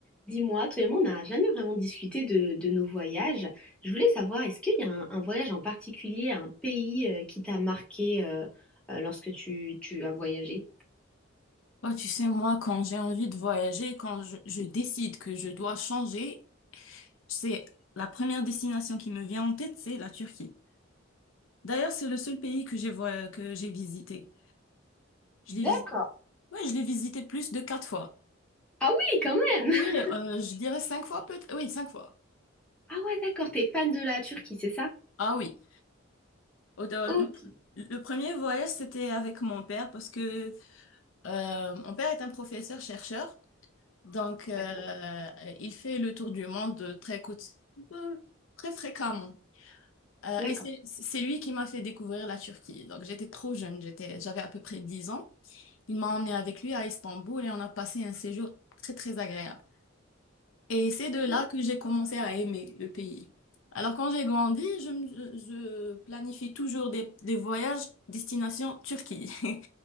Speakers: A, in the centre; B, on the left.
A: Dis-moi, toi et moi, on n'a jamais vraiment discuté de, de nos voyages. Je voulais savoir, est-ce qu'il y a un, un voyage en particulier, un pays euh, qui t'a marqué euh, euh, lorsque tu, tu as voyagé?
B: Oh, tu sais, moi, quand j'ai envie de voyager, quand je, je décide que je dois changer, c'est la première destination qui me vient en tête, c'est la Turquie. D'ailleurs, c'est le seul pays que j'ai voy- que j'ai visité. Je l'ai
A: D'accord.
B: visité, ouais, je l'ai visité plus de quatre fois.
A: Ah oui, quand même!
B: Oh, Oui,
A: <laughs>
B: euh, je dirais cinq fois peut-être. Oui, cinq fois.
A: Ah ouais, d'accord, t'es fan de la Turquie, c'est ça?
B: Ah oui. Au- dans
A: Ok,
B: Le, pr- le premier voyage, c'était avec mon père parce que euh, mon père est un professeur chercheur, donc euh,
A: D'accord.
B: il fait le tour du monde très coûte- euh, très fréquemment. Euh,
A: d'accord.
B: et c'est c'est lui qui m'a fait découvrir la Turquie. Donc j'étais trop jeune, j'étais, j'avais à peu près 10 ans. Il m'a emmené avec lui à Istanbul et on a passé un séjour très très agréable. Et c'est de là
A: Oh,
B: que j'ai commencé à aimer le pays. Alors quand j'ai grandi, je, me- je planifie toujours des, des voyages destination Turquie. <laughs>